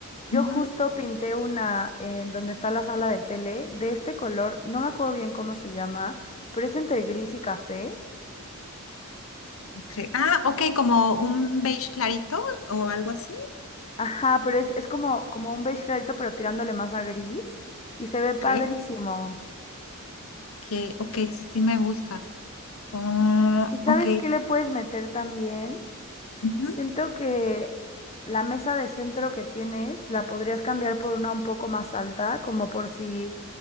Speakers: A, on the left (about 30°); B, on the left (about 70°).
A: Yo
B: Ujú,
A: justo pinté una en donde está la sala de tele de este color, no me acuerdo bien cómo se llama, pero es entre gris y café.
B: ok. Ah, ok, como un beige clarito o algo así.
A: Ajá, pero es, es como, como un beige clarito, pero tirándole más a gris y se ve padrísimo.
B: Ok, que, ok, sí, sí me gusta. Ah,
A: ¿Y sabes
B: ok.
A: qué le puedes meter también?
B: ujú.
A: Siento que la mesa de centro que tienes la podrías cambiar por una un poco más alta, como por si